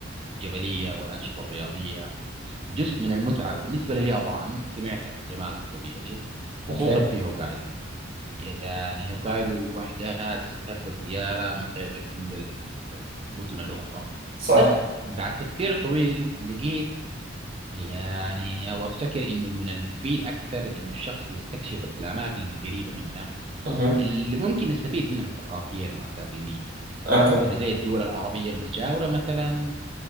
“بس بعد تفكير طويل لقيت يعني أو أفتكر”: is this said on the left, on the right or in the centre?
Right